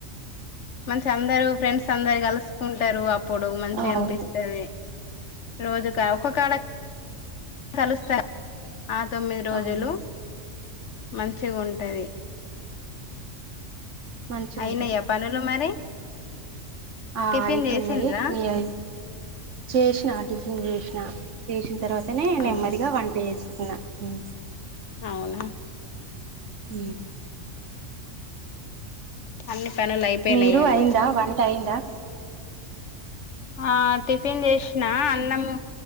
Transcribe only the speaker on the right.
అవును
అవును
మంచిగుంటది
ఆ
అయితున్నాయి
మీ అయ్ చేసిన టిఫిన్ చేసిన చేసిన తర్వ తనే
నెమ్మదిగా వంట చేసుకున్నా ఉ
ఊ
మీరు అయిందా వంట అయిందా ఆ